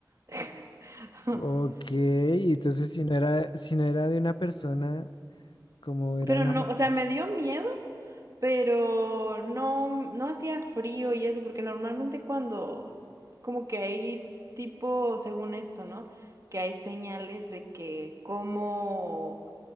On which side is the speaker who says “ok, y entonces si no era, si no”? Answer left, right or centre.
Left